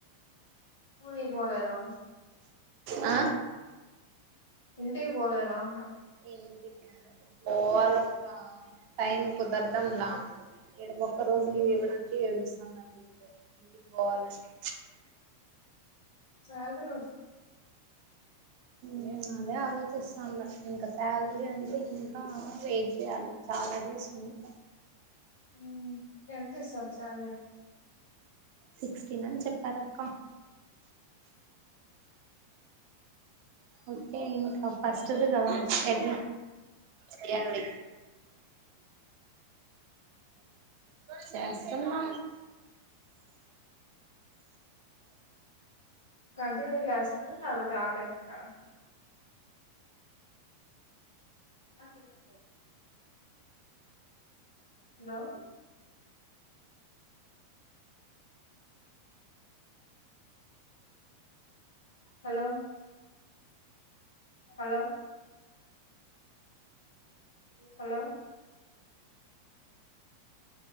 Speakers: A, on the left (about 80°); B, on the right (about 45°).
A: మూనే పోలేదా
B: ఆ
A: ఇంటికి పోలేంద
B: ఏంటి పోవాలక్క టైం కుదరదంలా ఏ ఒక్క రోజు
A: ఉమ్
B: లీవ్ ఇవ్వడానికి ఏడుస్తున్నారు వీళ్ళు ఇంటికి పోవాలంటే
A: సాలీ
B: నేను అదే ఆలోచిస్తా ఇంక శాలరీ అ అ ఇంకా వెయిట్ చేయాలి చాలా డేస్ ఉంది
A: హ్మ్. ఎంత సార్ సాలరీ
B: సిక్స్టీన్ అని చెప్పార అక్క ఓకే ఇంకా ఫస్ట్ అ కదా ఎట్ చేయాలి చేస్తున్నా
A: కంట్ర చేస్తారా మ అబటి ఆపేస్తార అంగ తె ఇల స హలో
B: అ
A: హలో హలో హలో